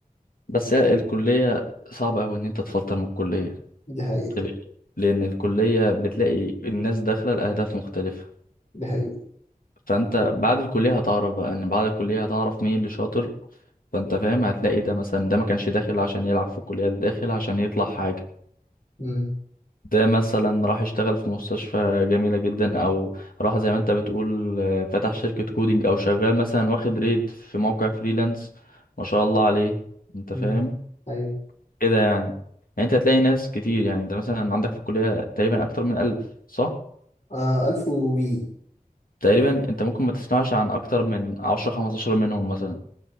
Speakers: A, on the left; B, on the left.
A: بس هي الكلية صعبة اوي ان انت تفلتر من الكلية
B: <laughs> دي حقيقه
A: ليه؟ لان الكلية بتلاقي الناس داخلة لاهداف مختلفة
B: دي حقيقه
A: فانت بعد الكليه هتعرف بقى ان بعد الكليه هتعرف مين اللي شاطر فانت فاهم هتلاقي ده مثلا ده ما كانش داخل عشان يلعب في الكليه ده داخل عشان يطلع حاجه
B: امم
A: ده مثلا راح يشتغل في مستشفى جميله جدا او راح زي ما انت بتقول آه، فتح شركه كودينج او شغال مثلا واخد ريت في موقع فريلانس ما شاء الله عليه انت
B: امم
A: فاهم
B: ايوه
A: كده يعني يعني انت هتلاقي ناس كتير يعني انت مثلا عندك في الكليه تقريبا اكتر من 1000 صح
B: آه 1000 وي
A: تقريبا انت ممكن ما تسمعش عن اكتر من 10 15 منهم مثلا